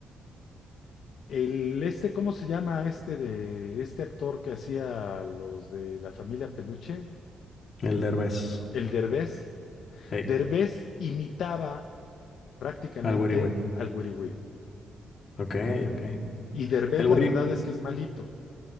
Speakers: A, on the left; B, on the left.
A: El este, ¿cómo se llama este de este actor que hacía los de la familia Peluche?
B: El Derbez.
A: El Derbez.
B: Hey,
A: Derbez imitaba prácticamente
B: al wiri wiri.
A: al Wiriwiri.
B: Ok, ok.
A: Y Derbez,
B: El wiri.
A: la verdad es que es malito.